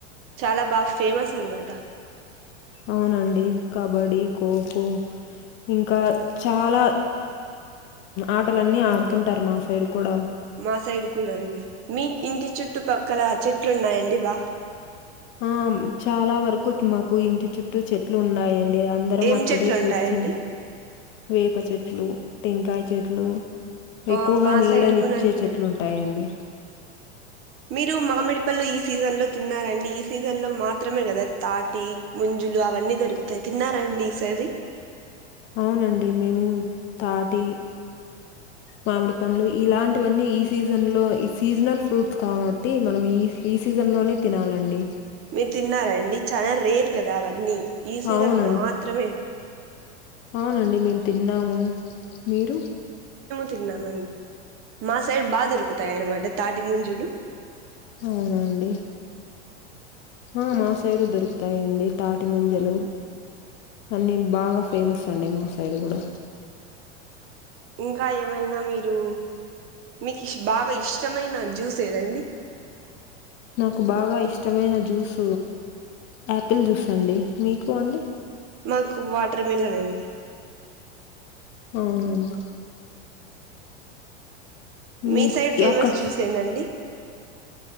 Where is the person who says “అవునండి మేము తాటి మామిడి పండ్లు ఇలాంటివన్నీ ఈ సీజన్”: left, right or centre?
Left